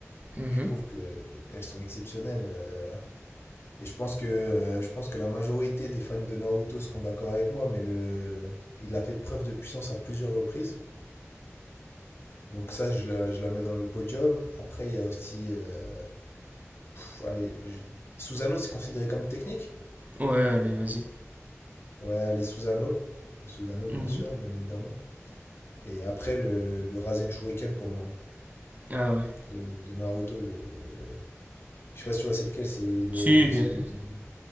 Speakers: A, on the right; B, on the left.
A: mhm.
B: Je trouve que qu'elles sont exceptionnelles. euh, et je pense que euh, je pense que la majorité des fans de Naruto seront d'accord avec moi, mais le il a fait preuve de puissance à plusieurs reprises. Donc ça, je la, je la mets dans le podium. Après, il y a aussi... euh, pff, allez, je- Susano, c'est considéré comme technique?
A: Ouais, allez, vas-y.
B: Ouais, les Susano. Le Susano, bien
A: Mhm.
B: sûr, bien évidemment. Et après, le, le Rasen Shuriken pour moi, hein,
A: Ah ouais.
B: de, de Naruto. Le... Je sais pas si tu vois, c'est lequel, c'est le,
A: Si, bien.
B: celui qui...